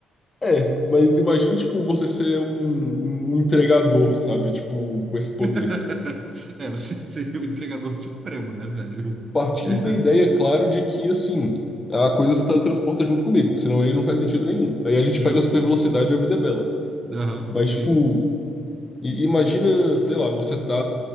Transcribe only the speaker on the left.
É, mas imagina, tipo, você ser um, um um entregador, sabe? Tipo, com esse poder.
Partindo
da ideia, claro, de que, assim, a coisa se teletransporta junto comigo, que senão aí não faz sentido nenhum. Aí a gente
pega a super velocidade e a vida é bela.
Mas,
tipo, i- imagina, sei lá, você tá